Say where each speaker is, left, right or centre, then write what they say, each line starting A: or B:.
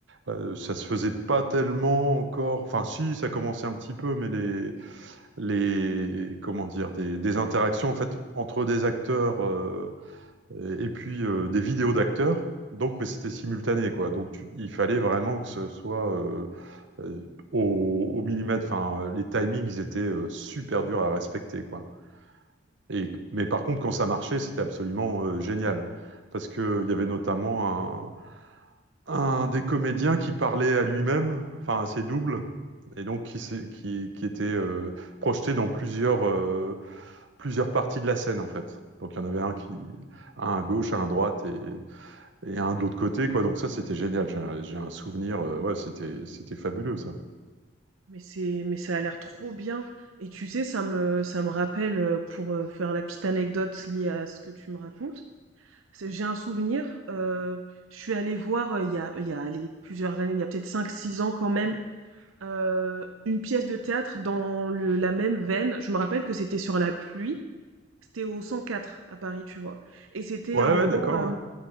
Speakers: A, on the right; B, on the right.
A: euh, ça se faisait pas tellement encore, enfin si, ça commençait un petit peu, mais les, les, comment dire, des, des interactions en fait entre des acteurs. euh, et, et puis euh, des vidéos d'acteurs. Donc, mais c'était simultané, quoi. Donc, tu- il fallait vraiment que ce soit euh, euh, au, au millimètre. Enfin, les timings, ils étaient euh, super durs à respecter, quoi. Et, mais par contre, quand ça marchait, c'était absolument euh, génial. Parce qu'il y avait notamment un, un des comédiens qui parlait à lui-même, enfin à ses doubles, et donc qui, qui, qui était euh, projeté dans plusieurs, euh, plusieurs parties de la scène, en fait. Donc il y en avait un qui, un à gauche, un à droite, et, et un de l'autre côté, quoi. Donc ça, c'était génial. J'ai un, j'ai un souvenir. euh, ouais, c'était, c'était fabuleux, ça.
B: Mais c'est mais ça a l'air trop bien et tu sais ça me ça me rappelle, heu, pour, heu, faire la petite anecdote liée à ce que tu me racontes, c'est j'ai un souvenir, heu, je suis allée voir, heu, il y a il y a allez plusieurs années, il y a peut-être cinq six ans quand même, euh, une pièce de théâtre dans le- la même veine. Je me rappelle que c'était sur la pluie. C'était au 104 à Paris, tu vois. Et c'était
A: Ouais,
B: en gros,
A: ouais, d'accord.
B: euh,